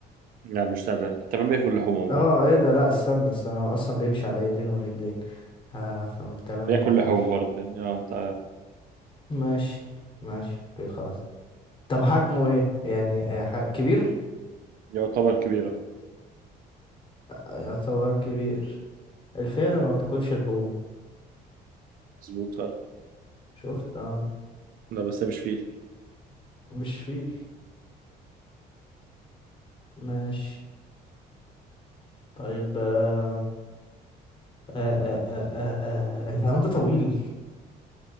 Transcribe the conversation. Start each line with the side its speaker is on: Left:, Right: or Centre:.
Right: لا مش تعبان تعبان بياكل لحوم عموما
Left: اه ايه ده لا استنى استنى هو اصلا بيمشي على ايدين ورجلين آه فمن التعبان
Right: بياكل
Left: ما ينفعش
Right: لحوم برضه يعني اه انت
Left: ماشي ماشي اوكي خلاص طب حجمه ايه يعني آه ح... كبير
Right: يعتبر كبير اه
Left: آه، يعتبر كبير الفيلة ما بتاكلش لحوم
Right: مظبوط فعلا
Left: شفت اه
Right: لا بس هي مش فيل
Left: مش فيل ماشي طيب آه، آه آه آه آه آه، الحيوان ده طويل